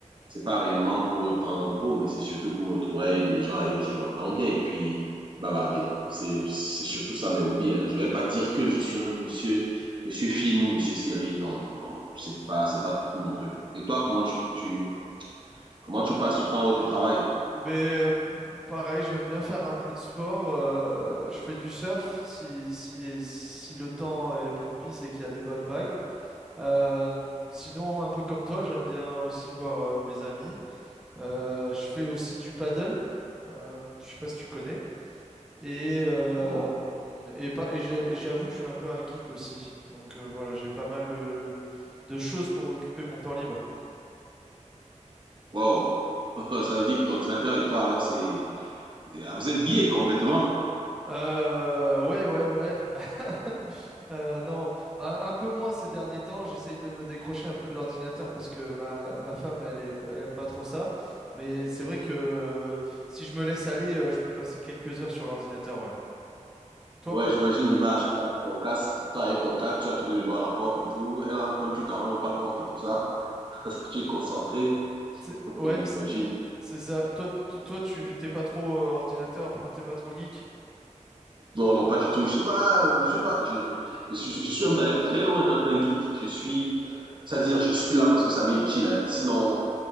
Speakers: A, on the right; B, in the centre.
A: C'est pas réellement pour prendre un pot, mais c'est surtout pour me retrouver avec des gens avec qui je m'entends bien et puis bavarder. C'est, c'est surtout ça mes hobbies. Hein. Je vais pas dire que je suis un monsieur, monsieur film ou monsieur série. Non, non, non, non. C'est pas, c'est pas trop mon truc. Et toi, comment tu, tu, Comment tu passes le temps hors du travail?
B: Ben, euh, pareil, j'aime bien faire un peu de sport. euh, je fais du surf si, si, si le temps est propice et qu'il y a des bonnes vagues. Euh, sinon, un peu comme toi, j'aime bien aussi voir euh, mes amis. Euh, je fais aussi du paddle. Euh, je sais pas si tu connais. Et, euh,
A: Non.
B: et, pas, et j'a- et j'avoue, je suis un peu un geek aussi. Donc euh, voilà, j'ai pas mal de, de choses pour occuper mon temps libre.
A: Wow. <laughs> Ça veut dire que l'ordinateur et toi, alors, c'est... Ah, Vous êtes liés complètement.
B: Euh, ouais, ouais, ouais. <laughs> Euh, non, un, un peu moins ces derniers temps. J'essaye de me décrocher un peu de l'ordinateur parce que ma, ma femme, elle est, elle aime pas trop ça. Mais c'est vrai que euh, si je me laisse aller, euh, je peux passer quelques heures sur l'ordinateur, ouais. Toi,
A: Ouais,
B: pas,
A: j'imagine l'image. Ton casque, toi avec ton casque, tu as tourné le doigt à la porte et tout. Elle entre même, tu t'en rends même pas compte et tout ça. <laughs> tu es concentré.
B: t'sais- ouais,
A: J'imagine.
B: c- c'est ça. Toi, t- toi, tu t'es pas trop euh, ordinateur, enfin, t'es pas trop geek.
A: Non, non, pas du tout. Je suis pas, je suis pas, je, je, je suis, je suis même d'ailleurs très loin d'être un geek. Je suis, c'est-à-dire, je suis là parce que ça m'est utile. hein. Sinon,